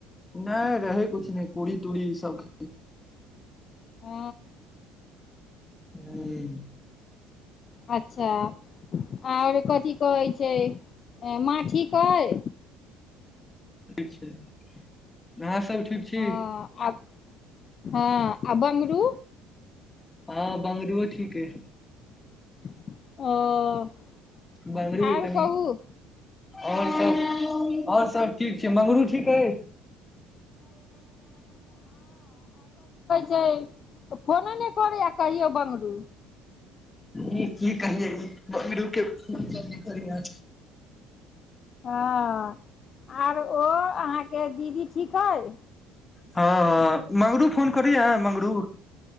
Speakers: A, on the left; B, on the left.
A: नहि रहै कछु नहि पूरी तूरी ई सब <unintelligible>
B: ओ
A: हूँ
B: अच्छा आओर कथि कहै छै माँ ठीक अइ
A: ठीक छै अहाँ सब ठीक छी
B: हँ आब हँ आ बंगरू
A: हँ बंगड़ूओ ठीक अई
B: ओ
A: मंगरू के
B: आओर
A: कनि
B: कहू
A: आओर सब आओर सब ठीक छै मंगरू ठीक अछि
B: जे फोनो ने करैया कहियौ बंगरू
A: ई की कहियै ई बंगरू के फोन करै या
B: हँ आर ओ अहाँके के दीदी ठीक अइ
A: हँ हँ मंगरू फोन करै या मंगरू